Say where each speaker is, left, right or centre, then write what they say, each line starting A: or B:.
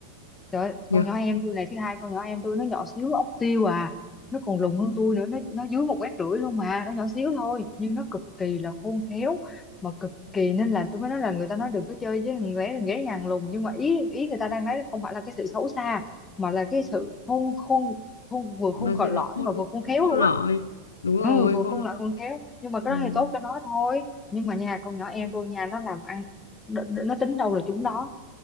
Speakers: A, on the left; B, on the left.
A: Trời ơi,
B: nhở?
A: con nhỏ em tôi này thứ hai con nhỏ em tôi nó nhỏ xíu ốc tiêu à nó còn lùn hơn tôi nữa nó nó dưới một mét rưỡi luôn mà nó nhỏ xíu thôi nhưng nó cực kỳ là khôn khéo mà cực kỳ nên là tôi mới nói là người ta nói đừng có chơi với thằng bé thằng bé nhà hàng lùn nhưng mà ý ý người ta đang nói không phải là cái sự xấu xa mà là cái sự khôn khôn khôn vừa khôn
B: Mà
A: còi
B: sự
A: lõi
B: nó khôn
A: mà vừa khôn khéo
B: khôn
A: luôn
B: lỏi.
A: á
B: Đúng rồi,
A: ừ, vừa
B: khôn
A: khôn
B: lỏi.
A: lại khôn khéo nhưng mà cái
B: Ừm,
A: đó thì tốt cho nó thôi nhưng mà nhà con nhỏ em tôi nhà nó làm ăn đ- đ- nó tính đâu là chúng đó